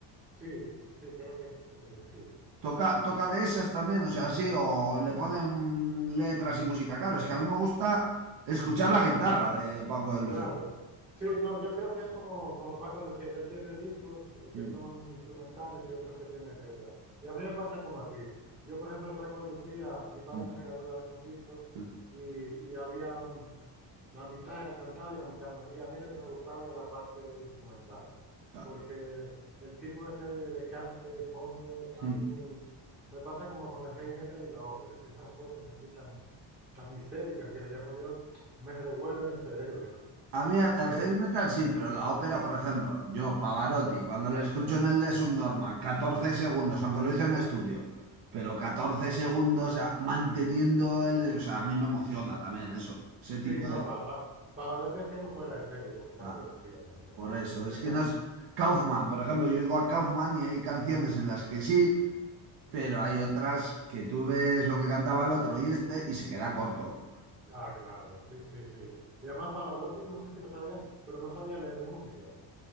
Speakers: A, on the right; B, on the right.
A: Sí, sí, creo que eh, sí.
B: Toca, toca de esas también, o sea, sí, o le ponen letras y música. Claro, es que a mí me gusta escuchar la guitarra de Paco de Lucía.
A: Claro. Sí, no, yo creo que es como, como Paco Lucía, que él tiene discos que que
B: Mm,
A: son instrumentales y otros que tienen letras. Y a mí me pasa como a ti. Yo, por ejemplo, de Paco de Lucía, mi padre
B: mm,
A: me regaló una vez un disco
B: sí,
A: y, y había, la mitad era cantada y la mitad no. Y a mí la que me gustaba era la parte instrumental,
B: claro.
A: porque el tipo ese de, de cante hondo, a
B: Mm.
A: mí me pasa como con el heavy metal y la ópera, que esas voces así tan, tan histéricas que le llamo yo, me revuelven el cerebro.
B: A mí el,
A: Entonces,
B: el heavy metal sí, pero la ópera, por ejemplo, yo, Pavarotti, cuando le escucho en el Les un Dorma, 14 segundos, aunque lo hice en estudio, pero 14 segundos, o sea, manteniendo el. O sea, a mí me emociona también eso, ese
A: sí,
B: tipo
A: no,
B: de.
A: pa, pa- Pavarotti es que era un fuera de serie, como Paco
B: ah,
A: de Lucía también.
B: por eso,
A: Es
B: es
A: de esas...
B: que no es. Kaufman, por ejemplo, yo digo a Kaufman y hay canciones en las que sí pero hay otras que tú ves lo que cantaba el otro y este y se queda corto.
A: Ah, claro, sí, sí, sí. Y además Pavarotti, no sé si lo sabías, pero no sabía leer música.